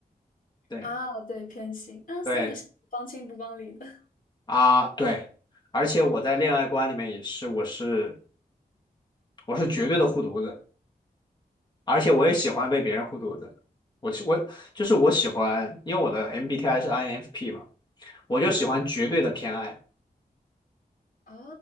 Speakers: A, on the left; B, on the left.
A: 对
B: 啊，对，偏心啊，所以你是帮亲不帮理的
A: 对啊对，而且我在恋爱观里面也是，我是我是绝对的护犊子，
B: <laughs>
A: 而且我也喜欢被别人护犊子。
B: 啊，
A: 我是我就是我喜欢，因为我的 MBTI 是 INFP 嘛，我就喜欢绝对的偏爱。
B: 哦